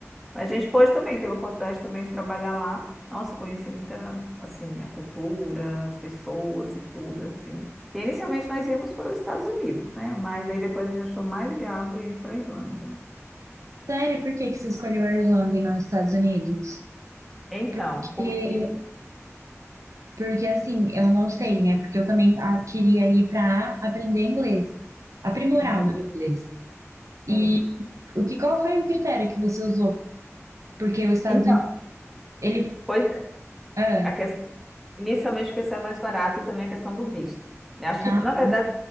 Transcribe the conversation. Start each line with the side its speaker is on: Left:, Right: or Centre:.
Centre: Mas a gente pôde também, teve a oportunidade também de trabalhar lá. Nossa, conheci muita, assim, a cultura, as pessoas e tudo, assim. Porque inicialmente nós íamos para os Estados Unidos, né? Mas aí depois a gente achou mais viável ir para a Irlanda.
Right: Sério, por que que você escolheu a Irlanda e não os Estados Unidos?
Centre: Então,
Right: Porque,
Centre: porque...
Right: porque assim, eu não sei, né? Porque eu também ah, queria ir para aprender inglês, aprimorar
Centre: Uhum,
Right: o meu inglês. E
Centre: sim.
Right: o que, qual foi o critério que você usou? Porque os Estados
Centre: Então,
Right: Unidos, ele...
Centre: pois é,
Right: Ah,
Centre: a questão, inicialmente porque saiu mais barato e também a questão do visto. né? Acho
Right: tá.
Centre: que, na verdade,